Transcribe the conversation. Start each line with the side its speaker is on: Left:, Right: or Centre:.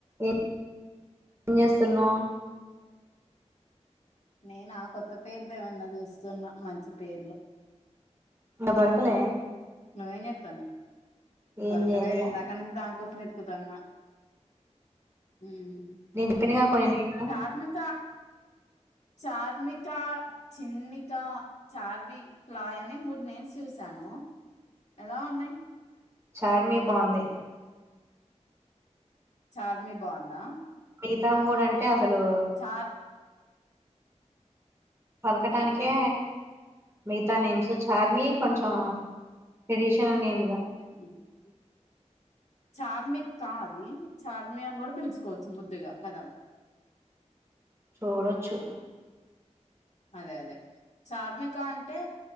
Right: ఎం చేస్తున్నావు.
Left: నేను ఆ కొత్త పేర్లు ఏమన్నా చూస్తున్నా మంచి పేర్లు
Right: ఇంకా దొరకలే
Left: నువు ఏం చేత్తానవ్
Right: ఏం
Left: దొరకలే
Right: చేయట్లే
Left: ఇందాక నుంచి దా కోసమే వేతుకుతన్నా హ్మ్
Right: నేను చెప్పినగా కొన్ని నేను
Left: ధార్మిక చార్మికా, చిన్మికా, చార్విలాయ్ అని మూడు నేమ్స్ చూసాను. ఎలా ఉన్నాయి.
Right: చార్మీ బాగుంది.
Left: చార్మి బాగుందా
Right: మిగతా గా మూడు అంటే హలో
Left: చార్
Right: పలకటానికే
Left: ఏంటిది
Right: మిగతా నేమ్స్ చార్మి కొంచెం ట్రెడిషనల్ నేమ్
Left: <unintelligible> చార్మికా అది చార్మి అని కూడా పిలుచుకోవచ్చు. ముద్దుగా కదా
Right: పోగొడొచ్చు
Left: అదే అదే చార్మిక అంటే